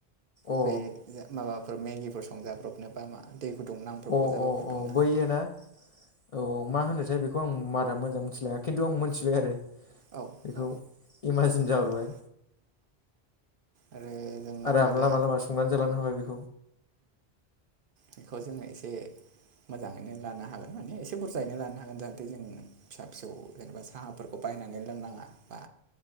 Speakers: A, on the left; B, on the right.
A: अ
B: बे माबाफोर मेगिफोर संजाब्रबनोबा मा दै गुदुं नांब्रबगौ
A: अ अ
B: जाबा फुदुंनो
A: अ बैयो
B: हानाय
A: ना औ मा होनोथाय बेखौ बेखौ आं बारा मोजां मोनथिलाया खिन्थु आं मिथिबाय आरो।
B: औ
A: बेखौ
B: औ
A: इमाजिन जाहरबाय
B: दा आरो जोंनोथ'
A: आरो
B: दा
A: लामा लामा संनानै जालांनो हाबाय बेखौ
B: बेखौ जोङो एसे मोजाङैनो लानो हागोन माने एसे बुरजायैनो लानो हागोन जाहाथे जों फिसा फिसौ जेनेबा साहाफोरखौ बाय बायनानै लोंनाङा बा